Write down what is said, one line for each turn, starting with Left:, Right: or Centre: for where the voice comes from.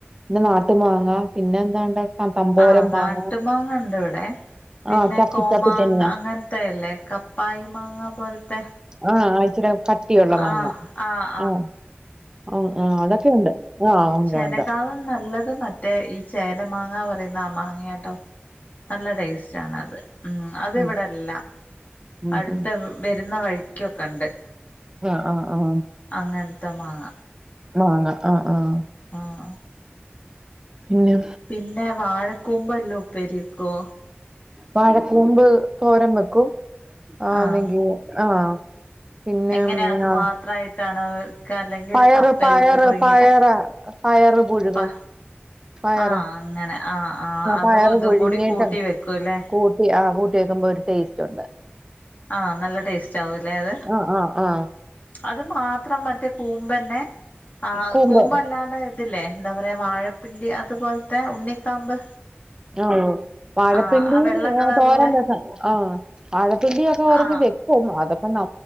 Right: പിന്നെ നാട്ടു മാങ്ങ പിന്നെ എന്താണ്ട. തമ്പോരം
Left: ആഹ് നാട്ടുമാങ്ങ
Right: മാങ്ങ
Left: ഉണ്ട് ഇവിടെ. പിന്നെ
Right: ആഹ് ചപ്പി
Left: കോമാങ്ങ
Right: ചപ്പി തന്നെയാ
Left: അങ്ങനത്തെല്ലേ കപ്പായി മാങ്ങ പോലത്തെ.
Right: ആഹ ആഴ്ച്ച കടിയുള്ള മാങ്ങ
Left: ആഹ് ആഹ്
Right: ആഹ് ആഹ ഹ അതൊക്കെ ഉണ്ട് ആഹ് ഉണ്ട്
Left: ചേനക്കാളും
Right: ഉണ്ട്.
Left: നല്ലത് മറ്റേ ഈ ചേല മാങ്ങ പറയുന്ന ആ മാങ്ങയാ കേട്ടോ. നല്ല ടേസ്റ്റ് ആണത്. ഉം അത്
Right: ഉം
Left: ഇവിടെല്ല.
Right: ഉം
Left: അടുത്ത്
Right: ഉം
Left: വരുന്ന വഴിക്കൊക്കെ ഉണ്ട്.
Right: ആഹ് ആഹ് ആഹ്
Left: അങ്ങനത്തെമാങ്ങ
Right: മാങ്ങ ആഹ് ആഹ്
Left: മാങ്ങ
Right: പിന്നെ
Left: പിന്നെ വാഴക്കൂപ് എല്ലാം ഉപ്പേരിവക്കോ?
Right: വാഴക്കൂമ്പ് തോരം വെക്കും ആഹ
Left: ആഹ്
Right: അങ്കിൽ ആഹ് പിന്നെ
Left: എങ്ങനെ അത്
Right: ആഹ്
Left: മാത്രമായിട്ടാണ്. കലെങ്ങ്ല്
Right: പയറ്
Left: കപ്പെല്ലുട്ട്
Right: പയറ്
Left: പുഴുങ്ങീട്ട്
Right: പയറ് പയറ് പുഴുങ്ങും
Left: പാ
Right: പയറ്
Left: ആഹ് അങ്ങനെ ആഹ് ആഹ് അതും
Right: പയറ്
Left: ഇതും
Right: പുഴുങ്ങിയിട്ട്
Left: കൂടി കൂട്ടി വെക്കുവല്ലേ
Right: കൂട്ടി ആഹ് കൂട്ടി വെക്കുമ്പൊര് ടേസ്റ്റൊണ്ട്
Left: ആഹ് നല്ല ടേസ്റ്റാവുംലേ അത്
Right: ആ ആ ആ
Left: അത് മാത്രം മറ്റേ കൂമ്പെന്നെ ആഹ്
Right: കൂമ്പ്
Left: കൂമ്പല്ലാണ്ടെതില്ലേ ന്താ പറയാ വാഴ പിണ്ടി അത്പോൽത്തെ ഉണ്ണിക്കാമ്പ്
Right: ആഹ വാഴപ്പിണ്ടി
Left: ആ ആ വെള്ള കളറിലെ
Right: തോരൻ വോകൻ ആഹ്. വാഴപ്പിണ്ടിയൊക്കെ വറത്ത്
Left: ആ
Right: വെക്കും അതൊക്കെ ന